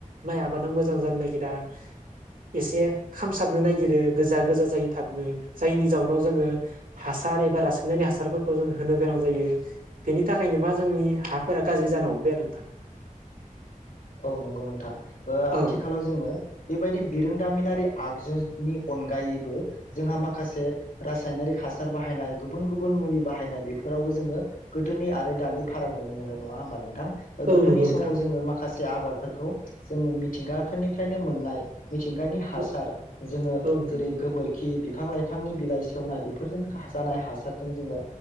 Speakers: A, on the right; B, on the left.
A: माइ आबादा मोजां जानो नागिरा एसे खामसाबनो नागिरो गोजा गोजा जायो थाबनो जायनि जाउनाव जोङो हासार ए र रासायनानै हासारफोरखौ जों होनो गोनां जायो बेनि थाखायनो मा जोंनि हाफोरा गाज्रि जानांगौ बे आरो नोंथां।
B: औ नंगौ नोंथां। ओ
A: औ
B: आथिखालाव जोङो बेबायदि बिरोंदामिनारि आगजुनि अनगायैबो जोंहा माखासे रासायनारि हा हासार बाहायनाय गुबुन गुबुन मुलि बाहायनाय बेफोरावबो जोङो गोदोनि आरो दानि फाराग नुनो मोनो नङा होमबा नों थां
A: औ
B: गोदोनि
A: नंगौ नोंथां
B: समाव जोङो माख माखासे आबादफोरखौ जोङो मिथिंगाफोरनिफ्रायनो मोननाय मिथिंगानि हासार
A: औ
B: जोङो
A: औ नोंथां
B: जेरै गोबोर खि बिफां लाइफांनि बिलाइ सेवनाय बेफोरजों जानाय हासारजों जोङो